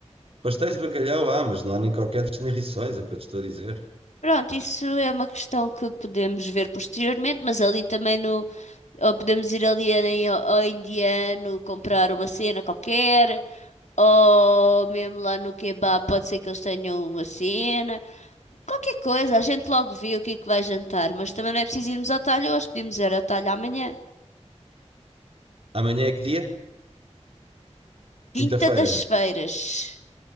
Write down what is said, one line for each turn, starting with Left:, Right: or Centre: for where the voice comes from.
Right: Pastéis de bacalhau, ah, mas não há nem croquetes nem rissóis, é o que eu te estou a dizer.
Left: Pronto, isso é uma questão que podemos ver posteriormente, mas ali também no, ou podemos ir ali em- ao indiano comprar uma cena qualquer, Ou mesmo lá no kebab, pode ser que eles tenham uma cena. Qualquer coisa, a gente logo vê o que é que vai jantar. Mas também não é preciso irmos ao talho hoje, podemos ir ao talho amanhã.
Right: Amanhã é que dia?
Left: Quinta
Right: Quinta-feira,
Left: das
Right: não.
Left: Feiras.